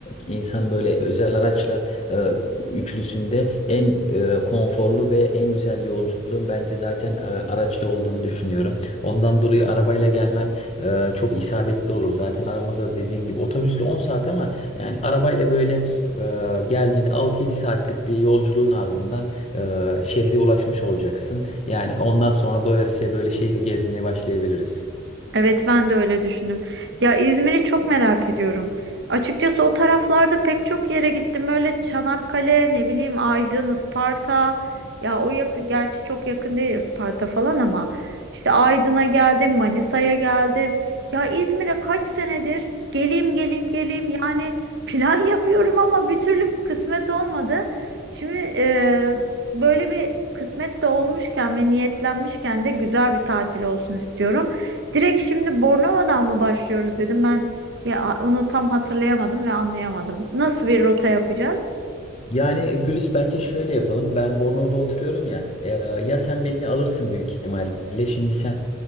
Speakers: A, on the left; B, on the right.
A: e, insan böyle özel araçla e, üçlüsünde en e, konforlu ve en güzel yolculuğun bence zaten e, araçla olduğunu düşünüyorum. Ondan dolayı arabayla gelmen e, çok isabetli olur. Zaten aramızda dediğim gibi otobüsle on saat ama yani arabayla böyle e, geldiğinde 6 yedi saatlik bir yolculuğun ardından e, şehre ulaşmış olacaksın. Yani ondan sonra doyasıya böyle şehri gezmeye başlayabiliriz.
B: Evet ben de öyle düşündüm. Ya İzmir'i çok merak ediyorum. Açıkçası o taraflarda pek çok yere gittim. Öyle Çanakkale, ne bileyim Aydın, Isparta. Ya o yakın, gerçi çok yakın değil Isparta falan ama işte Aydın'a geldim, Manisa'ya geldim. Ya İzmir'e kaç senedir geleyim geleyim geleyim yani plan <laughs> yapıyorum ama bir türlü kısmet olmadı. Şimdi e, böyle bir kısmet de olmuşken ve niyetlenmişken de güzel bir tatil olsun istiyorum. Direkt şimdi Bornova'dan mı başlıyoruz dedim ben ya onu tam hatırlayamadım ve anlayamadım. Nasıl bir rota yapacağız?
A: Yani Gülis bence şöyle yapalım. Ben Bornova'da oturuyorum ya. e, ya sen beni alırsın büyük ihtimalle. Şimdi sen